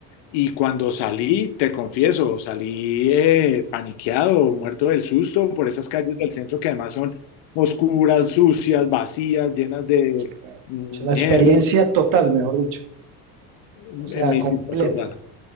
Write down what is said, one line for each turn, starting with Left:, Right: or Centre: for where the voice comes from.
Left: Y cuando salí, te confieso, salí eh, paniqueado, muerto del susto por esas calles del centro que además son oscuras, sucias, vacías, llenas de
Right: Bueno,
Left: dinero.
Right: pucha, la experiencia total, mejor dicho,
Left: Me
Right: o sea, completa.
Left: hiciste acordar.